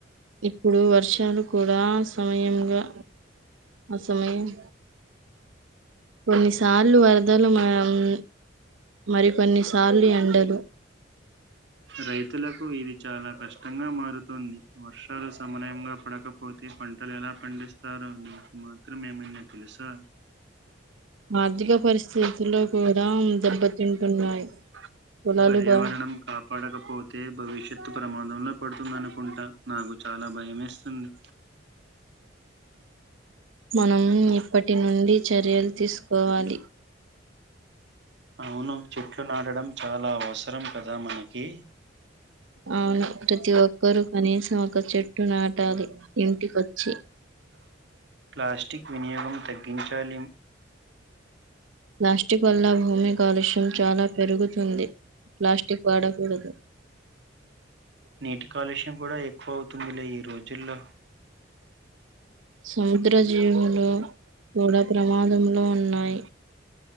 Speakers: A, on the right; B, on the right.
A: ఇప్పుడు వర్షాలు కూడ సమయంగా ఆసమయం కొన్ని సార్లు వరదలు <unintelligible> మరి కొన్నిసార్లు ఎండలు
B: రైతులకు ఇది చాలా కష్టంగా మారుతుంది వర్షాలు సమనయంగా పడకపోతే పంటలు ఎలా పండిస్తారు అని మాత్రం ఏమన తెలుసా
A: ఆర్థిక పరిస్థితులు కూడ దెబ్బతింటున్నాయి పొలాలు
B: పర్యావరణం
A: బా
B: కాపాడకపో తే భవిష్యత్తు ప్రమాదంలో పడుతుంది అనుకుంట నాకు చాలా భయంమేస్తుంది
A: మనం ఇప్పటి నుండి చర్యలు తీసుకోవాలి
B: అవును చెట్లు నాడడం చాల అవసరం కదా మనకి
A: అవును ప్రతి ఒక్కరు కనీసం ఒక చెట్టు నాటాలి ఇంటికొచ్చి
B: ప్లాస్టిక్ వినియోగం తగ్గించాలి
A: ప్లాస్టిక్ వల్ల భూమి కాలుష్యం చాలా పెరుగుతుంది ప్లాస్టిక్ వాడకూడదు
B: నీటి కాలుష్యం కూడా ఎక్కువ అవుతుందిలే ఈ రోజుల్లో
A: సముద్ర జీవులు కూడా ప్రమాదంలో ఉన్నాయి